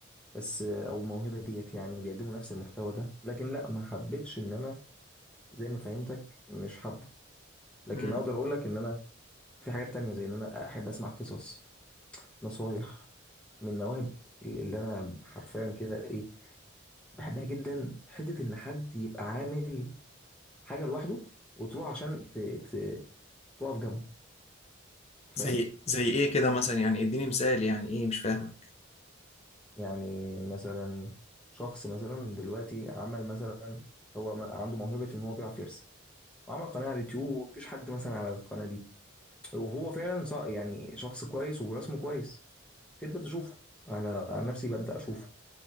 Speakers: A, in the centre; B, on the left.
A: بس آه، أو الموهبة ديت يعني بيقدموا نفس المحتوى ده لكن لا ما حبيتش إن أنا زي ما فهمتك مش حابه لكن
B: امم
A: أقدر أقول لك إن أنا في حاجات تانية زي إن أنا أحب أسمع قصص نصايح من مواهب اللي انا حرفيا كده ايه بحبها جدا حته ان حد يبقى عامل حاجه لوحده وتروح عشان ت... ت... تقف جنبه أنت
B: زي
A: فاهم
B: زي ايه كده مثلا يعني اديني مثال يعني ايه مش فاهمه
A: يعني مثلا شخص مثلا دلوقتي عمل مثلا هو ما- عنده موهبه ان هو بيعرف يرسم وعمل قناه على اليوتيوب ومفيش حد مثلا على القناه دي وهو فعلا ص- يعني شخص كويس ورسمه كويس تبدا تشوفه انا عن نفسي ببدا اشوفه